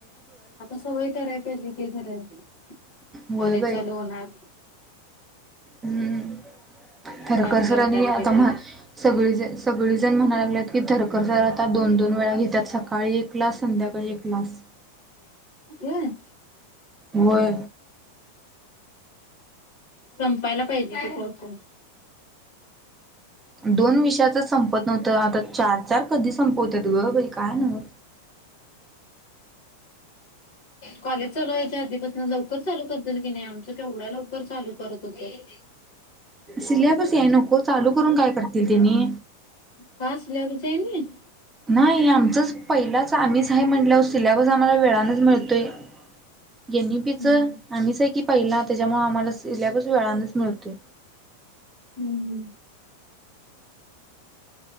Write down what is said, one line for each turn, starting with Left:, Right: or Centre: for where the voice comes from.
Left: आता सवय कराय पाहिजे <unintelligible>
Right: होय
Left: कॉलेज
Right: बाई
Left: चालू होणार.
Right: हम्म तर
Left: पाचला
Right: कसरनी
Left: उठायला पाहिजे
Right: आता म्हा सगळी सगळीजण म्हणायला लागलेत की थरकर सर आता दोन दोन वेळा घेतात सकाळी एक क्लास संध्याकाळी क्लास.
Left: हम
Right: होय
Left: संपायला पाहिजे ते पोर्शन.
Right: दोन विषयाच संपत नव्हतं. आता चार चार कधी संपवत्यात. की हो बाई काय नवं.
Left: कॉलेज चालू व्हायच्या आधीपासन लवकर चालू करतील, की नाही आमच केवढ्या लवकर चालू करत होतं
Right: सिल्याबस याय नको चालू करून काय करतील तेनी.
Left: का सिल्याबस <unintelligible>
Right: नाही, आमचच पहिलाच आम्हीच हाए म्हटल्यावर सिलेबस आम्हाला वेळानच मिळतोय, एम व्ही पी
Left: हम्म
Right: च आम्हीच आहे की पहिला त्याच्यामुळे आम्हाला सिल्याबस वेळानच मिळतोय.
Left: हम्म हम्म.